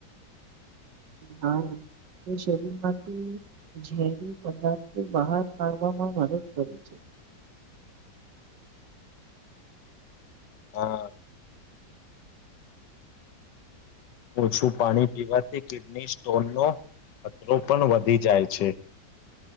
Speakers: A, on the right; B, on the left.
A: હા તે શરીરમાંથી ઝેરી પદાર્થો બહાર કાઢવામાં મદદ કરે છે
B: <unintelligible> હા ઓછું પાણી પીવાથી કિડની સ્ટોન નો ખતરો પણ વધી જાય છે